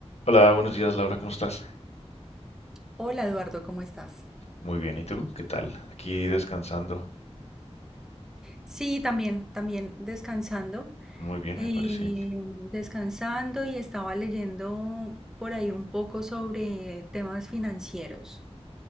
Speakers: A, on the left; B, in the centre.
A: Hola, buenos días Laura, ¿cómo estás?
B: Hola Eduardo, ¿cómo estás?
A: Muy bien, ¿y tú? ¿Qué tal? Aquí descansando.
B: Sí, también, también descansando,
A: Muy bien,
B: eh,
A: me parece.
B: descansando y estaba leyendo por ahí un poco sobre temas financieros.